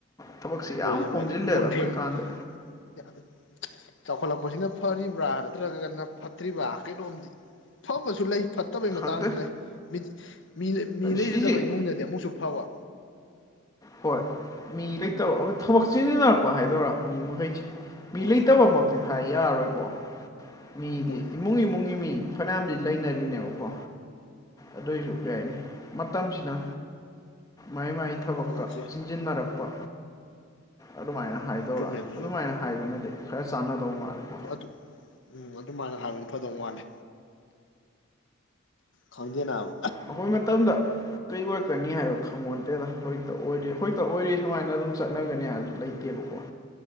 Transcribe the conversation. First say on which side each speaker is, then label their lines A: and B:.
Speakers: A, on the left; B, on the left.
A: ꯊꯕꯛꯁꯤ ꯌꯥꯝ
B: ꯍꯣꯏꯅꯦ
A: ꯀꯣꯝꯁꯤꯜꯂꯦꯗ
B: ꯍꯣꯏꯅꯦ ꯀꯣꯟꯐꯦꯡ
A: ꯑꯩꯈꯣꯏ ꯀꯥꯟꯗ
B: ꯌꯥꯝ ꯆꯥꯎꯈꯠꯂꯛꯄꯁꯤꯅ ꯐꯔꯤꯕ꯭ꯔꯥ ꯅꯠꯇ꯭ꯔꯒꯅ ꯐꯠꯇ꯭ꯔꯤꯕ꯭ꯔꯥ ꯀꯩꯅꯣꯝꯗꯤ ꯐꯕꯁꯨ ꯂꯩ ꯐꯠꯇꯕꯩ
A: ꯈꯪꯗꯦ
B: ꯃꯇꯥꯡꯁꯨ ꯂꯩ ꯃꯤꯃꯤ ꯃꯤ ꯂꯩꯖꯗꯕ
A: ꯁꯤꯁꯤ
B: ꯏꯃꯨꯡꯗꯗꯤ ꯑꯃꯨꯛꯁꯨ ꯐꯕ
A: ꯍꯣꯏ ꯃꯤ ꯂꯩꯇꯕ ꯍ‌ꯣꯏ ꯊꯕꯛ ꯆꯤꯟꯖꯤꯟꯅꯔꯛꯄ ꯍꯥꯏꯗꯣꯏꯔꯥ ꯃꯤ ꯃꯈꯩꯁꯤ ꯃꯤ
B: ꯍꯣꯏ
A: ꯂꯩꯇꯕ ꯃ
B: ꯎꯝ
A: ꯍꯥꯏ ꯌꯥꯔꯔꯣꯏꯀꯣ ꯃꯤꯗꯤ
B: ꯍꯣꯏꯅꯦ ꯑꯗꯨꯁꯨ
A: ꯏꯃꯨꯡ
B: ꯁꯨꯝ
A: ꯏꯃꯨꯡꯒꯤ ꯃꯤ ꯐꯅꯌꯥꯝꯗꯤ ꯂꯩꯅꯔꯤꯅꯦꯕꯀꯣ ꯑꯗꯨꯏꯁꯨ ꯀꯩꯍꯥꯏꯅꯤ ꯃꯇꯝꯁꯤꯅ ꯃꯥꯏ ꯃꯥꯏ ꯊꯕꯛꯇ
B: ꯊꯕꯛꯁꯦ
A: ꯆꯤꯟꯖꯤꯟꯅꯔꯛꯄ ꯑꯗꯨꯃꯥꯏꯅ
B: ꯎꯝ
A: ꯍꯥꯏꯗꯧꯔ
B: ꯆꯨꯝꯃꯦ ꯑꯗꯨꯁꯨ
A: ꯑꯗꯨꯃꯥꯏꯅ ꯍꯥꯏꯕꯅꯗꯤ ꯈꯔ ꯆꯥꯟꯅꯗꯧ ꯃꯥꯂꯦꯀꯣ
B: ꯑꯗꯨ ꯎꯝ ꯑꯗꯨꯃꯥꯏꯅ ꯍꯥꯏꯕꯅ ꯐꯗꯧ ꯃꯥꯜꯂꯦ ꯈꯪꯗ‌ꯦ ꯅꯥꯕ
A: ꯑꯩꯈꯣꯏ ꯃꯇꯝꯗ ꯀꯩ ꯑꯣꯏꯔꯛꯀꯅꯤ ꯍꯥꯏꯕ ꯈꯪꯉꯣꯟꯇꯦꯗ ꯍꯧꯖꯤꯛꯇ ꯑꯣꯏꯔꯤ ꯍꯧꯖꯤꯛꯇ ꯑꯣꯏꯔꯤ ꯁꯨꯃꯥꯏꯅ ꯑꯗꯨꯝ ꯆꯠꯅꯒꯅꯤ ꯍꯥꯏꯕꯁꯨ ꯂꯩꯇꯦꯕꯀꯣ